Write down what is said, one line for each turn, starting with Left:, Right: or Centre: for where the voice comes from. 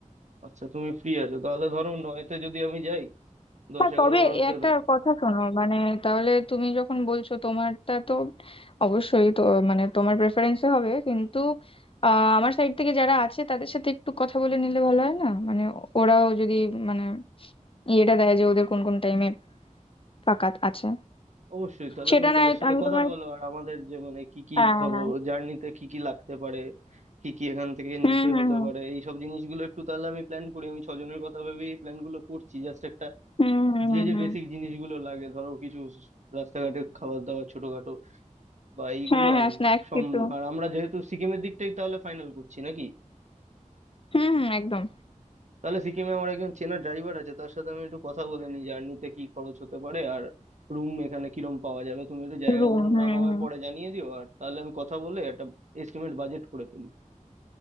Right: আচ্ছা তুমি ফ্রি আছো তাহলে ধরো নয়তে যদি আমি যাই দশ
Left: হ্যাঁ
Right: এগারো
Left: তবে
Right: বারোতে
Left: এ একটা কথা শোনো মানে তাহলে তুমি যখন বলছো তোমারটা তো অবশ্যই তো মানে তোমার প্রেফারেন্সে হবে কিন্তু আহ, আমার সাইড থেকে যারা আছে তাদের সাথে একটু কথা বলে নিলে ভালো হয় না মানে ওরাও যদি মানে ইয়েটা দেয় যে ওদের কোন কোন টাইমে ফাঁকা আছে
Right: অবশ্যই তাহলে
Left: সেটা
Right: তুমি
Left: না
Right: তাদের সাথে
Left: আমি
Right: কথা
Left: তোমার
Right: বলো আর আমাদের যে মানে কি কি
Left: হ্যাঁ
Right: ধরো
Left: হ্যাঁ
Right: জার্নিতে কি কি লাগতে পারে কি কি এখান থেকে
Left: হুম
Right: নিতে
Left: হুম
Right: হতে পারে এই সব জিনিসগুলো একটু তাহলে আমি প্ল্যান করি আমি ছজনের কথা ভেবেই প্ল্যান গুলো করছি জাস্ট একটা
Left: হুম হুম হুম
Right: যে
Left: হুম
Right: যে
Left: হুম
Right: বেসিক জিনিসগুলো লাগে ধরো কিছু রাস্তাঘাটে খাবার দাবার ছোটখাটো বা এইগুলো
Left: হ্যাঁ হ্যাঁ
Right: আর
Left: স্ন্যাক্স
Right: সম
Left: কিছু
Right: আর আমরা যেহেতু সিকিমের দিকটাই তাহলে ফাইনাল করছি নাকি
Left: হুম হুম একদম
Right: তাহলে সিকিমে আমার একজন চেনা ড্রাইভার আছে তার সাথে আমি একটু কথা বলে নিই জার্নিতে কি খরচ হতে পারে আর রুম এখানে কিরম পাওয়া যাবে তুমি একটু জায়গাগুলোর
Left: রুম হুম
Right: নাম আমায়
Left: হুম
Right: পরে জানিয়ে দিও আর তাহলে আমি কথা বলে একটা এস্টিমেট বাজেট করে ফেলি